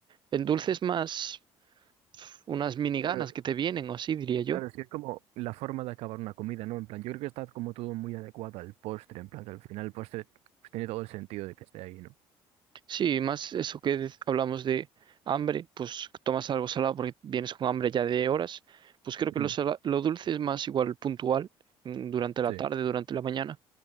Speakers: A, on the right; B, on the right.
A: El dulce es más unas mini
B: Claro,
A: ganas que te vienen, o así diría yo.
B: claro, sí es como la forma de acabar una comida, ¿no? En plan, yo creo que está como todo muy adecuado al postre, en plan, que al final el postre pues, tiene todo el sentido de que esté ahí, ¿no?
A: Sí, más eso que dec- hablamos de hambre, pues tomas algo salado porque vienes con hambre ya de horas, pues creo que
B: Mm,
A: lo, sala- lo dulce es más igual puntual, mm, durante la
B: sí,
A: tarde, durante la mañana,